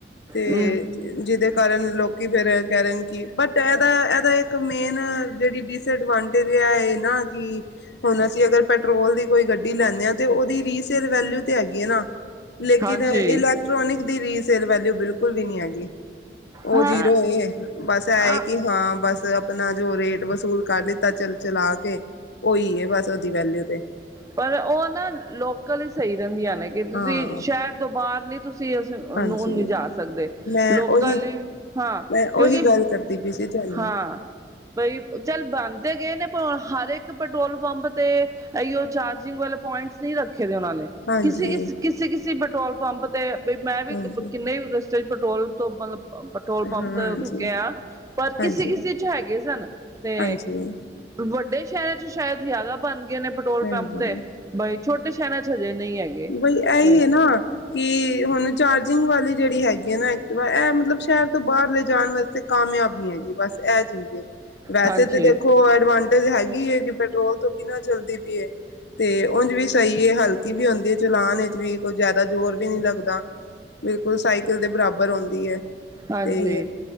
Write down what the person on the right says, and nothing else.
ਹਮ
ਹਾਂਜੀ
ਹਾਂ
ਆ
ਪਰ ਉਹ ਨਾ ਲੋਕਲ ਹੀ ਸਹੀ ਰਹਿੰਦੀ ਹ <unintelligible> ਤੁਸੀਂ
ਸ਼ਹਿਰ ਤੋਂ ਬਾਹਰ ਨੀ ਤੁਸੀਂ ਅਸੀਂ ਉਹਨੂੰ
ਨਹੀਂ ਜਾ ਸਕਦੇ
ਲੋਕਲ
ਹਾਂ
ਕਿਉਂਕਿ
ਹਾਂ ਬਈ ਚੱਲ ਬੰਦ ਤੇ ਗਏ ਨੇ ਪ ਹਰ ਇੱਕ ਪੈਟਰੋਲ ਪੰਪ ਤੇ ਇਹੀਓ ਚਾਰਜਿੰਗ ਵਾਲੇ ਪੁਆਇੰਟਸ ਨਹੀਂ ਰੱਖੇ ਦੇ ਉਹਨਾਂ ਨੇ
ਕਿਸੇ ਕਿਸੇ ਕਿਸੇ ਕਿਸੇ ਪੈਟਰੋਲ ਪੰਪ ਤੇ ਬਈ ਮੈਂ ਵੀ
ਕਿੰਨੇ ਰਸਤੇ ਪੈਟਰੋਲ ਤੋਂ ਮਤਲਬ ਪੈਟਰੋਲ
ਪੰਪ
ਰੁਕੇ ਆ ਪਰ
ਕਿਸੇ ਕਿਸੇ ਚ ਹੈਗੇ ਸਨ ਤੇ
ਵੱਡੇ ਸ਼ਹਿਰ ਚ ਸ਼ਾਇਦ ਜ਼ਿਆਦਾ ਬਣ ਗਏ ਨੇ ਪੰਪ
ਤੇ ਬਈ ਛੋਟੇ ਸ਼ਹਿਰਾਂ ਚ ਹਜੇ ਨਹੀਂ ਹੈਗੇ
ਤੇ
ਹਾਂਜੀ
ਹਾਂਜੀ